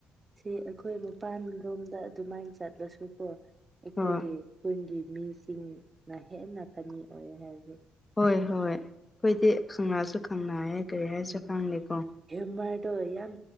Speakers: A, on the right; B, on the left.
A: ꯁꯤ ꯑꯩꯈꯣꯏ ꯃꯄꯥꯟ ꯔꯣꯝꯗ ꯑꯗꯨꯃꯥꯏꯅ ꯆꯠꯂꯁꯨ ꯀꯣ ꯑꯩꯈꯣꯏꯒꯤ
B: ꯍꯣꯏ
A: ꯈꯨꯟꯒꯤ ꯃꯤꯁꯤꯡꯅ ꯍꯦꯟꯅ ꯐꯟꯅꯤ ꯑꯣꯏ ꯍꯥꯏꯕꯗꯤ
B: ꯍꯣꯏ ꯍꯣꯏ ꯑꯩꯈꯣꯏꯗꯤ ꯈꯪꯅꯁꯨ ꯈꯪꯅꯩꯌꯦ ꯀꯔꯤ ꯍꯥꯏꯁꯤꯔ
A: ꯎꯝ
B: ꯈꯪꯗꯦꯀꯣ
A: ꯍ꯭ꯌꯨꯃꯔꯗꯣ ꯌꯥꯝ